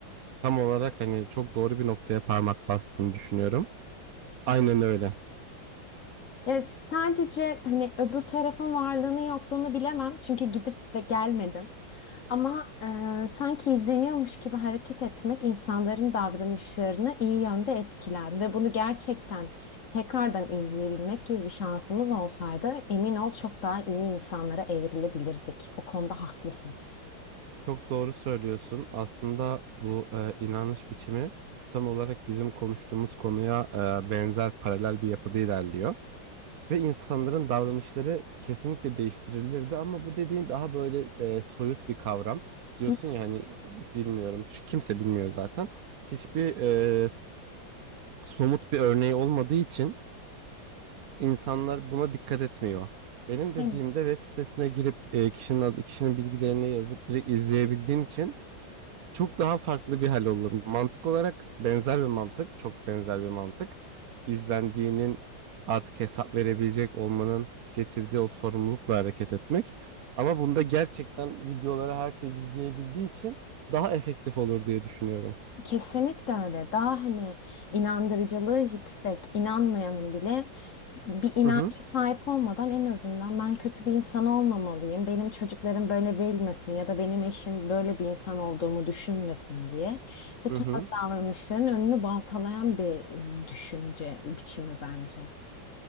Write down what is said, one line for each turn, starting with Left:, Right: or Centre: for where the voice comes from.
Right: Tam olarak hani çok doğru bir noktaya parmak bastığını düşünüyorum. Aynen öyle.
Left: e, sadece hani öbür tarafın varlığını yokluğunu bilemem çünkü gidip ve gelmedim. Ama e, sanki izleniyormuş gibi hareket etmek insanların davranışlarını iyi yönde etkiler ve bunu gerçekten tekrardan izleyebilmek gibi bir şansımız olsaydı emin ol çok daha iyi insanlara evrilebilirdik. O konuda haklısın.
Right: Çok doğru söylüyorsun. Aslında bu e, inanış biçimi tam olarak bizim konuştuğumuz konuya e, benzer paralel bir yapıda ilerliyor. Ve insanların davranışları kesinlikle değiştirilirdi ama bu dediğin daha böyle e, soyut bir kavram. Diyorsun
Left: Hı,
Right: ya hani bilmiyorum, ç- kimse bilmiyor zaten. Hiçbir e, somut bir örneği olmadığı için İnsanlar buna dikkat etmiyor. Benim
Left: Aynen.
Right: dediğimde web sitesine girip e, kişinin adı, kişinin bilgilerini yazıp direkt izleyebildiğin için çok daha farklı bir hal olur. Mantık olarak benzer bir mantık, çok benzer bir mantık. İzlendiğinin artık hesap verebilecek olmanın getirdiği o sorumlulukla hareket etmek. Ama bunda gerçekten videoları herkes izleyebildiği için daha efektif olur diye düşünüyorum.
Left: Kesinlikle öyle. Daha hani inandırıcılığı yüksek, inanmayanın bile bir inanca
Right: Hı hı.
Left: sahip olmadan en azından ben kötü bir insan olmamalıyım. Benim çocuklarım böyle bilmesin ya da benim eşim böyle bir insan olduğumu düşünmesin diye bu
Right: Hı
Left: tarz
Right: hı.
Left: davranışların önünü baltalayan bir e, düşünce biçimi bence.